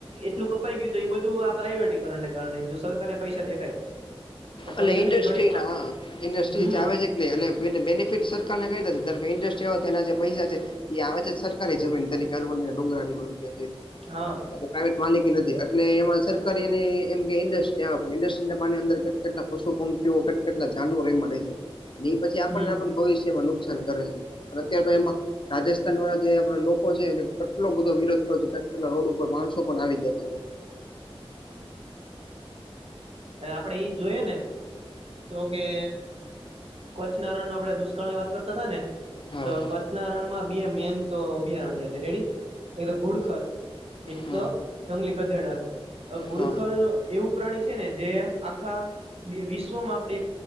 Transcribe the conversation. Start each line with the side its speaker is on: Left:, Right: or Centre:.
Right: એટલું કપાઈ ગયું તો એ બધું આ પ્રાઈઇવેટીકરણને કારણે જો સરકાર ને પૈસા દેખાય. તો
Left: અ
Right: પૈસા
Left: ન્ડસ્ટ્રી
Right: તો એ ઘડીક
Left: ના ન્સ્ટ્રી
Right: હમ
Left: જ આવે છે. નહી અને એ બેનિફિટ સરકારને કરી દે ધાર કે ઇન્ડસ્ટ્રી આવે તો એના જે પૈસા છે. એ આવે છે સરકારી જમીન તરીકેર બનીને ડુંગરા ની બધું છે.
Right: હા.
Left: પ્રાઇવેટ માલિકી નથી એટલે એમાં સરકારી અને એમ કે ઇન્ડસ્ટ્રી પણ ઇન્ડસ્ટ્રી અંદર કેટલા પશુ પંખીઓ કેટ કેટલા જાનુવરો એમાં રહે છે અને એ પછી આપણને
Right: હમ
Left: ભવિષ્યમાં નુકસાન કરે છે અને અત્યારેાર તો એમાં રાજસ્થાન વાળા જે આપડે લોકો છે એને કેટલો બધો વિરોધ કરો છ કે કેટલા રોડ ઉપર માણસો પણ આવી ગયા એમાં
Right: અને આપડે એઈ જોયએ ને તો કે કચ્છના રન આપણે દુષ્કાળ ની વાત કરતા હતા ને
Left: હા
Right: તો કચ્છના રણમાં બે મેન તો અભયારણ્ય છે રેડી એક તો ઘુડખર એક
Left: હા
Right: તો જંગલી ગધેડાનું ઘુડખડ
Left: હા
Right: એવું પ્રાણી છે ને જે આખા વિશ્વમાં આપણે